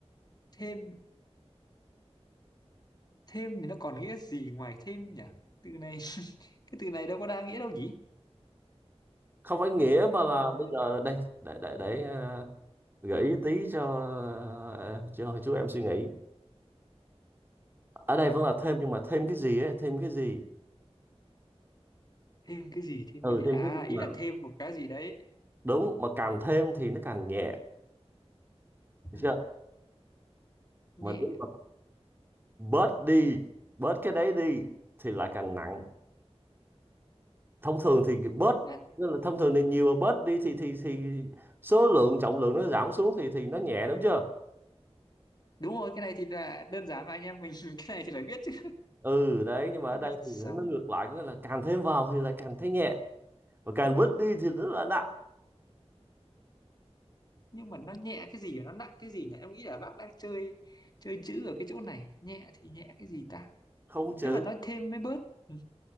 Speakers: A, on the left (about 40°); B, on the right (about 20°).
A: thêm thêm thì nó còn nghĩa gì ngoài thêm nhỉ từ này <laughs> cái từ này đâu có đa nghĩa đâu nhỉ
B: không phải nghĩa mà là
A: Ừm,
B: bây giờ đây để để để à, gợi ý tí cho à, cho chú em suy nghĩ ở đây vẫn là thêm nhưng mà thêm cái gì ấy thêm cái gì
A: thêm cái gì thêm
B: ừ
A: cái gì
B: thêm
A: à
B: cái gì
A: ý
B: mà
A: là thêm một cái gì đấy
B: đúng mà càng thêm thì nó càng nhẹ Được
A: Ừm,
B: chưa
A: nhẹ
B: mà đúng mà bớt đi bớt cái đấy đi thì lại càng nặng thông thường thì bớt
A: là
B: nên là thông thường thì nhiều mà bớt đi thì thì thì số lượng trọng lượng nó giảm xuống thì thì nó nhẹ đúng chưa
A: đúng rồi cái này thì là đơn giản mà anh em mình <laughs> cái này thì phải biết chứ
B: ừ đấy nhưng mà
A: nhưng
B: ở đây
A: mà sao
B: thì nó ngược lại có nghĩa là càng thêm vào thì lại càng thấy nhẹ và càng bớt đi thì rất là nặng
A: nhưng mà nó nhẹ cái gì và nó nặng cái gì nhỉ em nghĩ là bác đang chơi chơi chữ ở cái chỗ này nhẹ thì nhẹ cái gì ta
B: không chữ
A: nếu mà nói thêm mới bớt <laughs> Ừ.